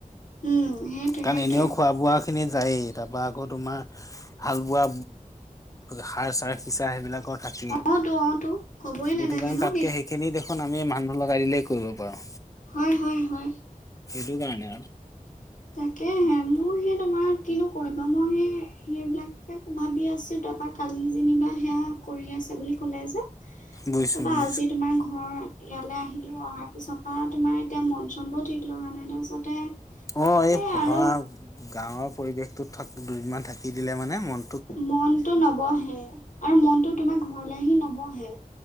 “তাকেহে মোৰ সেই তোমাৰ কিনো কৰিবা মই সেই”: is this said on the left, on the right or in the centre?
Left